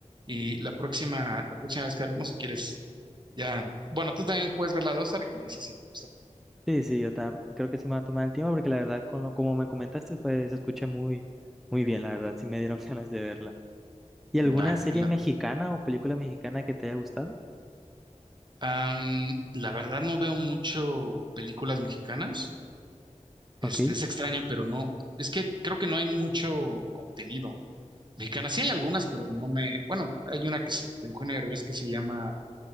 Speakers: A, on the right; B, in the centre.
A: y la próxima, la próxima vez que hablemos, si quieres, ya. Bueno, tú también puedes ver la de Ozark y me dices si te gustó.
B: Sí, sí, yo tam- creo que sí me va a tomar el tiempo porque la verdad, con lo, como me comentaste, fue, se escucha muy, muy bien, la verdad, sí me dieron <laughs> ganas de verla. ¿Y alguna
A: Va,
B: serie
A: me late.
B: mexicana o película mexicana que te haya gustado?
A: Am, la verdad no veo mucho películas mexicanas.
B: Ok,
A: Este, es extraño, pero no. Es que creo que no hay mucho contenido. Mexicana, sí hay algunas, pero no me. Bueno, hay una que se, de Eugenio Derbez que se llama